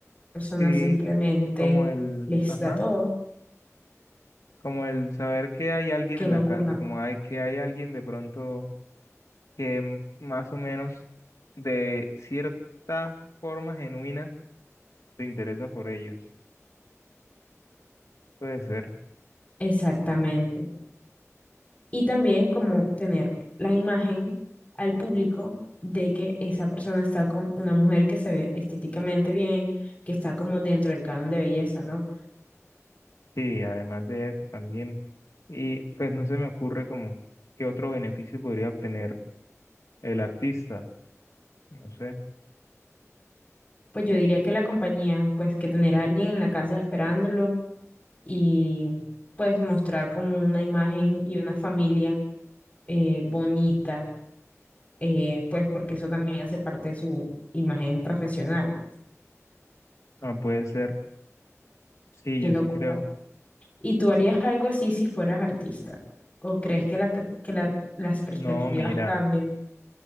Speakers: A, on the left; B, on the left.
A: persona
B: Sí,
A: simplemente
B: es como el,
A: les
B: ajá,
A: da todo.
B: como el saber que hay alguien
A: Qué
B: en
A: locura.
B: la casa, como hay que hay alguien de pronto que m- más o menos de cierta forma genuina se interesa por ellos. Puede ser.
A: Exactamente. Y también como tener la imagen al público de que esa persona está con una mujer que se ve estéticamente bien, que está como dentro del canon de belleza, ¿no?
B: Sí, además de eso también. Y pues no se me ocurre como qué otro beneficio podría obtener el artista. No sé.
A: Pues yo diría que la compañía, pues que tener a alguien en la casa esperándolo y pues mostrar como una imagen y una familia eh, bonita, eh, pues porque eso también hace parte de su imagen profesional.
B: Ah, puede ser. Sí,
A: Qué
B: yo
A: locura.
B: sí creo.
A: ¿Y tú harías algo así si fueras artista? ¿O crees que, la per- que la- las perspectivas
B: No, mira,
A: cambien?